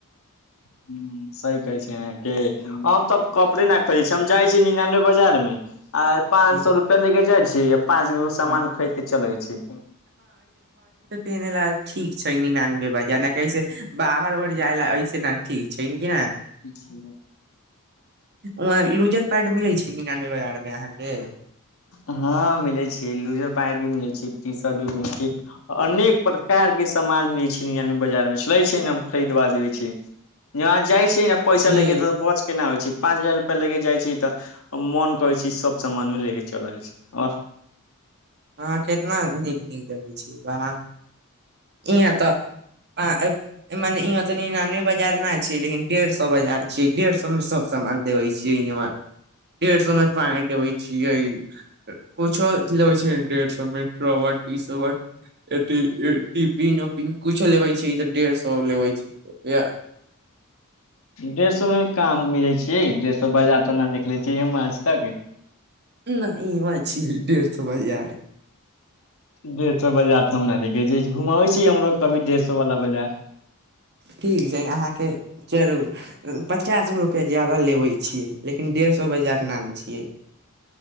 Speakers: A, on the left; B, on the right.
A: ह सी कहै छै के हम तऽ कपड़े न खोजे छी हम जाइ छ निनानबे बजार मे आ पांच
B: ह
A: सौ रुपआ ले के जाय छै य पाँचग सामान
B: ह
A: खरीद के चलै छ
B: पहिनेै ला ठीक छै ने नान बेवाजा ने कसे बाहर र जाय ला ऐसे ठीक छै ने कि
A: ठ
B: व लूजर पैंट मिलै छै निनानबे आर में अहाँक
A: हँ मिलै छै लूजर पैंट भी मिलै छै ी शर्ट भी मिलै छ अनेक प्रकार के सामान मिलै छै बाजार मे चलै छै ने हम खरीदबा देबे छ जहाँ जाइ छ ने पैसा
B: जी
A: लैके तऽ केना होइ छै पाँच हजार रुपया ले के जाय छै त मोन करे छै सब सामानो ले के छ चलइ छै आओ
B: अहाँ कितना नीक नीक रहै छी वाह एहाँ तऽ आ मने इनी नाने बाजार न छै लेकिन डेढ़ सौ बाजार छै डेढ़ सौ मे सब सामान देबै छियै इहवा डेढ़ सौ मे पैंट देबैय छियै कुछो लेबे छै डढ़ सौ <unintelligible> अथि टिफिन कुछो लेवै छै तऽ डेढ़ सौ लेवै छै रुपैया
A: डेढ़ सौ मे काम मिले छियै डेढ़ सौ बाजार तऽ त हम ना देखले छियै हम आज तक
B: नहि इहवा छियै डेढ़ सौ बाजार
A: डेढ़ सौ बजार तऽ हम न देखै छी घुमबै छी हमरो कभी डेढ़ सौ वाला बाजार
B: ठीक छै अहाँके चरू पचास गो रुपआ ज्यादा लेबे छियै लेकिन डेढ़ सौ बजार नाम छियै